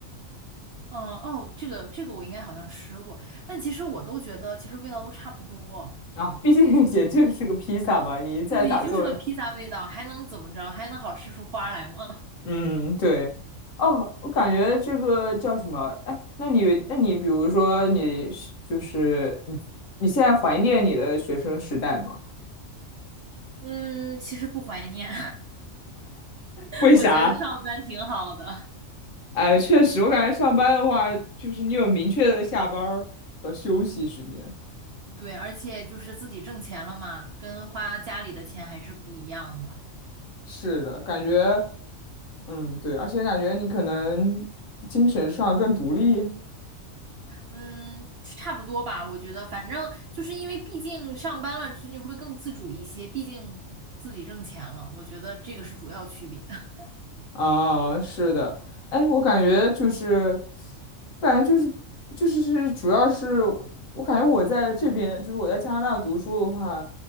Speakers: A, on the right (about 60°); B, on the left (about 80°).
A: 嗯，哦，这个这个我应该好像吃过，但其实我都觉得其实味道都差不多。
B: 啊，毕竟也就是个披萨嘛，你再咋做，
A: 对，也就是个披萨味道，还能怎么着？还能好吃出花来吗？
B: 嗯，对。哦，我感觉这个叫什么？哎，那你，那你，比如说你是就是你，你现在怀念你的学生时代吗？
A: 嗯，其实不怀念，<laughs>
B: 为啥？
A: 我觉得上班挺好的。
B: 哎，确实，我感觉上班的话，就是你有明确的下班儿和休息时间。
A: 对，而且就是自己挣钱了嘛，跟花家里的钱还是不一样的。
B: 是的，感觉，嗯，对，而且感觉你可能精神上更独立。
A: 嗯，差不多吧，我觉得，反正就是因为毕竟上班了，就你会更自主一些，毕竟自己挣钱了，我觉得这个是主要区别。<laughs>
B: 啊，是的，哎，我感觉就是，感觉就是就是是，主要是我感觉我在这边，就是我在加拿大读书的话，